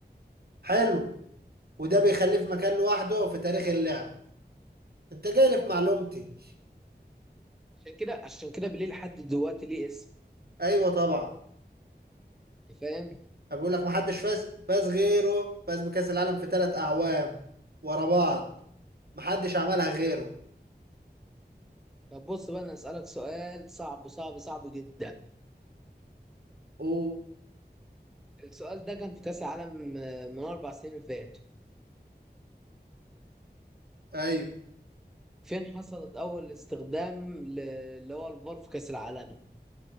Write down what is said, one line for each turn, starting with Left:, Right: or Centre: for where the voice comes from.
Right: حلو وده بيخليه في مكان لوحده في تاريخ اللعبة انت جاي لي في معلومتي
Centre: عشان كده عشان كده بليه لحد دلوقتي ليه اسم
Right: ايوه طبعا
Centre: انت فاهم
Right: أنا بقول لك محدش فاز فاز غيره فاز بكأس العالم في ثلاث أعوام ورا بعض محدش عملها غيره
Centre: طب بص بقى انا اسالك سؤال صعب صعب صعب جدا
Right: او
Centre: السؤال ده كان في كاس العالم آه، من اربع سنين فاتوا
Right: ايوه
Centre: فين حصلت اول استخدام ل- اللي هو الفار في كاس العالم